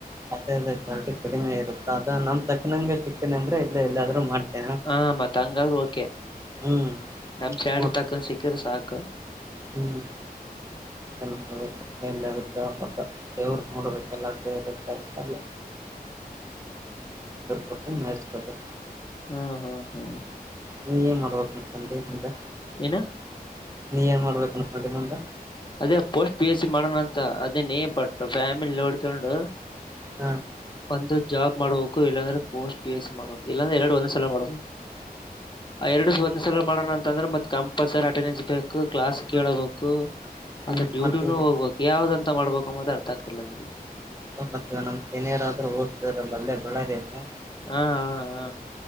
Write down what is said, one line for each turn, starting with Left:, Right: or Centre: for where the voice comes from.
Right: ಅದೇ ಅದೇ ಕಡಿಮೆ ಇರುತ್ತ ಅದ ನಮ್ ತಕ್ಕನಂಗ ಸಿಕ್ಕೇನೆ ಅಂದ್ರೆ ಇಲ್ಲ ಎಲ್ಲಾದ್ರೂ ಮಾಡ್ತ
Left: ಹ ಮತ್ಂಗಾದ್ರು ಓಕೆ
Right: ಹ್ಮ್
Left: ನಮ್ ಚ್ಯಾಡ್ರಿ
Right: ನೋಡ್ಬೇಕು
Left: ತಕೊಂಡ್ ಸಿಕ್ಕ್ರ ಸಾಕು
Right: ಹ್ಮ್ ಹ ಎಂದಾಗುತ್ತಾ ಮತ್ತ ದೇವ್ರ ನೋಡ್ಬೇಕಲ್ಲ ಅಗುತ್ತ ಅಲ್ಲ ಕಟ್ಟು ನ ಕಬೇಕ
Left: ಹ್ಮ್ ಹಾ ಹ್ಮ್
Right: ನೀ ಏನ್ ಮಾಡ್ಬೋದುಂದೆದ
Left: ಇಏನು
Right: ನೀ ಏನ್ ಮಾಡ್ಬೇಕ ಅನ್ಕ ಮಂತ
Left: ಅದೇ ಪೋಸ್ಟ್ ಪಿ ಎಚ್ ಸಿ ಮಾಡೋಣ ಅಂತ ಅದೇನ ಬಟ್ ಫ್ಯಾಮಿಲಿ ನೋಡ್ಕೊಂಡು
Right: ಹ
Left: ಒಂದು ಜಾಬ್ ಮಾಡಬೇಕು ಇಲ್ಲಾಂದ್ರೆ ಪೋಸ್ಟ್ಸ್ ಮಾಡ ಎಲ್ಲಾ ಎರಡು ಒಂದು ಸಲ ಮಾಡೋ ಎರಡು ಒಂದ್ ಸಲ ಮಾಡೋಣ ಅಂತ ಅಂದ್ರೆ ಮತ್ ಕಂಪಲ್ಸರಿ ಅಟೆಂಡೆನ್ಸ್ ಬೇಕು ಕ್ಲಾಸ್
Right: ಹ್ಮ್
Left: ಕೇಳಬೇಕು
Right: ಹ್ಮ್
Left: ಅಥ ಡ್ಯೂಟಿನೂ
Right: ಮತ್ತೆ
Left: ಹೋಗ್ಬೇಕು ಯಾವ್ದಂತ ಮಾಡ್ಬೇಕು ಅಮ್ಮದ ಅರ್ಥಕ್ಕೆಲ್ಲ ನಗೆ
Right: ಮತ್ತ ನಮ್ಮ ಸನಿಯರಾದ್ರೂ ಹೋಗ್ತ ಅಲ್ಲೇ ಬೆಳ್ಳದೇನು
Left: ಹಾ ಹಾ ಹಾ